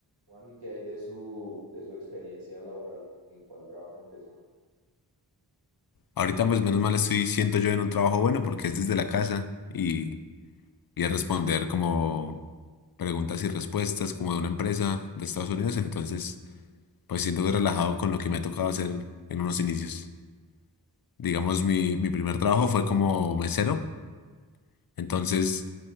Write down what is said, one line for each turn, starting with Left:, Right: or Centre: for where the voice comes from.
Right: Juan, ¿y qué hay de su, de su experiencia laboral? ¿En cuál trabajo empezó?
Left: Ahorita pues menos mal estoy, siento yo en un trabajo bueno porque es desde la casa y, y es responder como preguntas y respuestas como de una empresa de Estados Unidos. Entonces pues siento que relajado con lo que me ha tocado hacer en unos inicios. Digamos, mi, mi primer trabajo fue como mesero. Entonces